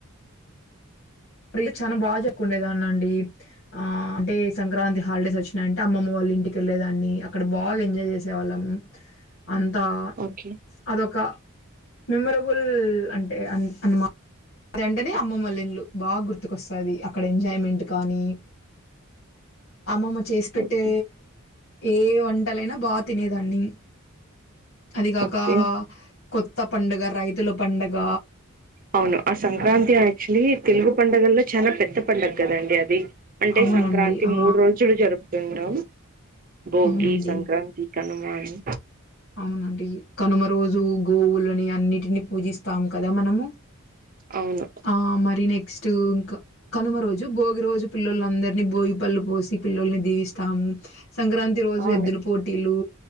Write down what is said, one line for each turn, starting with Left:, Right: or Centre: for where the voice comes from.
Left: ప్రిల్ చానా బా జరుపుకునే దానండి ఆ అంటే సంక్రాంతి హాలిడేస్ వచ్చినాయంటే అమ్మమ్మ వాళ్ళ ఇంటికిెళ్లేేదాన్ని అక్కడ బాగా ఎంజాయ్ చేసేవాళ్ళం అంతా
Right: ఓకే
Left: అదొక మెమరబుల్ అంటే అన్ అన్నమా తే అంటేనే అమ్మ వాళ్ల ఇల్లు బా గుర్తుకొస్తది అక్కడ ఎంజాయ్మెంట్ కానీ అమ్మమ్మ చేసి పెట్టే
Right: ఓకే
Left: ఏ వంటలైనా బా తినేదాన్ని అది కాక
Right: ఓకే
Left: కొత్త పండుగ రైతుల పండగ
Right: అవును ఆ సంక్రాంతి యాక్చులీ తెలుగు పండుగల్లో చాలా పెద్ద పండగ కదండి అది అంటే
Left: అవునండి.
Right: సంక్రాంతి
Left: ఆ!
Right: మూడు రోజులు జరుప్ తుండం భోగి,
Left: అవునండి.
Right: సంక్రాంతి, కనుమా అని
Left: అవునండి కనుమ రోజు గోవులని అన్నిటిని పూజిస్తాము కదా మనము
Right: అవును
Left: ఆ మరి నెక్స్ట్ ఇంకా కనుమ రోజు భోగి రోజు పిల్లలందరినీ బోగిపళ్ళు పోసి పిల్లల్ని దీవిస్తాము సంక్రాంతి రోజు
Right: అవును
Left: ఎద్దులు పోటీలు